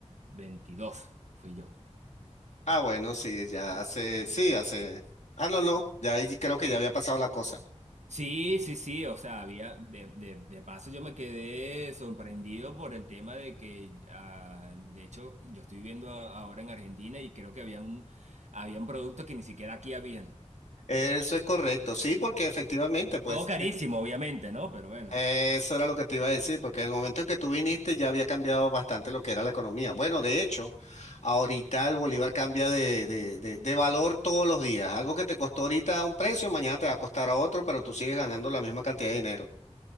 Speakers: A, on the right; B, on the left.
A: veintidós fui yo.
B: Ah, bueno, sí, ya hace, sí, hace. Ah, no, no, ya ahí creo que ya había pasado la cosa.
A: Sí, sí, sí, o sea, había, de, de, de paso yo me quedé sorprendido por el tema de que, ah, de hecho, yo estoy viviendo a- ahora en Argentina y creo que había un, había un producto que ni siquiera aquí habían.
B: Eso es correcto, sí, porque efectivamente, pues,
A: Todo carísimo, obviamente, ¿no? Pero bueno.
B: eh, eso era lo que te iba a decir, porque en el momento en que tú viniste ya había cambiado bastante lo que era la economía. Bueno, de hecho, ahorita el bolívar cambia de, de, de, de valor todos los días. Algo que te costó ahorita a un precio, mañana te va a costar a otro, pero tú sigues ganando la misma cantidad de dinero.